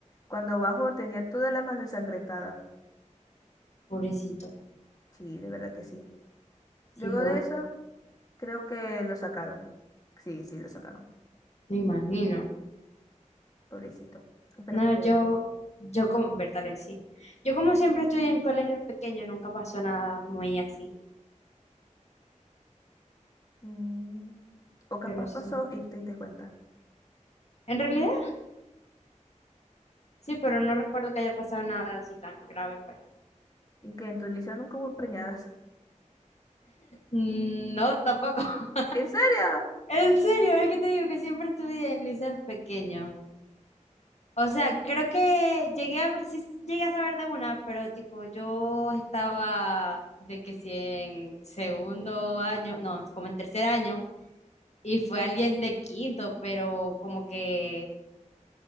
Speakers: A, on the left; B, on the left.
A: Cuando bajó tenía toda la mano ensangrentada.
B: Pobrecito,
A: Sí, de verdad que sí.
B: qué
A: Luego
B: loco.
A: de eso, creo que lo sacaron. Sí, sí, lo sacaron.
B: Me imagino.
A: Pobrecito. Espero
B: No,
A: que esté
B: yo,
A: bien.
B: yo como, verdad, sí. Yo como siempre estudié en colegio pequeño, nunca pasó nada muy así,
A: Mm, O capaz
B: pero sí.
A: pasó y tú te diste cuenta.
B: En realidad, sí, pero no recuerdo que haya pasado nada así tan grave, pues.
A: Y que en tu liceo nunca hubo empreñadas.
B: Mm, No, tampoco. <laughs>
A: ¿En serio?
B: En serio, es que te digo que siempre estudié en liceos pequeños. O sea, creo que llegué a, sí llegué a saber de una, pero tipo, yo estaba de que si en segundo año, no, como en tercer año, y fue alguien de quinto, pero como que